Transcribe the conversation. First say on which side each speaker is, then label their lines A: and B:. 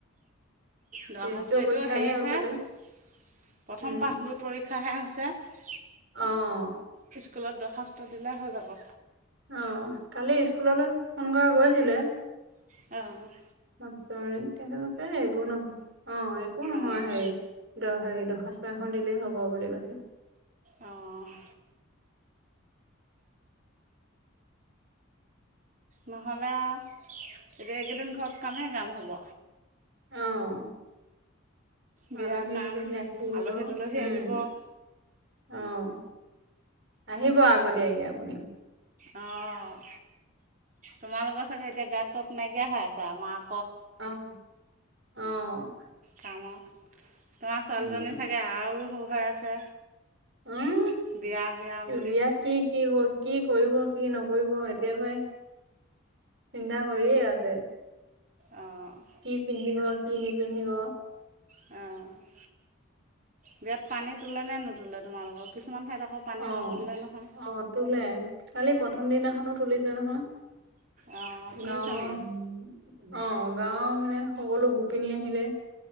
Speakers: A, on the right (about 40°); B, on the right (about 55°).
A: দৰ্খাস্ত
B: টেষ্টৰ
A: এইটো
B: পৰীক্ষাহে
A: হেৰিহে
B: আৰু তাতে
A: প্ৰথম
B: উম,
A: পাঠবোৰৰ্ড পৰীক্ষাহে হৈছে।
B: অ'।
A: স্কুলত দৰ্খাস্ত দিলে হৈ যাব।
B: অ' কালি স্কুললৈ ফোন কৰা গৈছিলে।
A: অ'।
B: মা তে তেহেলুকে একো নহয়, অ' একো নহয়
A: অঁ
B: হেই। দ হেৰি, দৰ্খাস্ত এখন দিলেই হ'ব বুলি কৈছে।
A: অ'। নহ'লে আৰু এতিয়া এইকেইদিন ঘৰত কামেই কাম হ'ব।
B: অ',
A: বিয়া
B: আলহী
A: কাম
B: দুলহী আহি থাকিব
A: আলহী দুলহী
B: উম।
A: আহিব অঁ
B: অ', আহিব আগতীয়াকে আপুনিও।
A: অ', তোমালোকৰ চাগে এতিয়া গাত তত নাইকিয়া হৈ আছে আমাক
B: অ', অ'।
A: কামত তোমাৰ ছোৱালীজনী
B: উম
A: চাগে আৰু হৈ আছে।
B: উম
A: বিয়া বিয়া বুলি।
B: বিয়াত কি কি ক কি কৰিব কি নকৰিব এতিয়া পাই চিন্তা কৰিয়ে আছে।
A: অ'।
B: কি পিন্ধিব কি নিপিন্ধিব।
A: অ'। বিয়াত পানী তোলে নে নুতুলে তোমালোকৰ কিছুমান ঠাইত আকৌ পানী
B: অ',
A: নোতোলে নহয়
B: অ', তোলে কালি প্ৰথম দিনাখনো তুলিছে নহয়।
A: অঁ তুলিছে
B: গাঁও
A: নেকি
B: <unintelligible> অ', গাঁৱৰ মানে সকলো গোপিনী আহিলে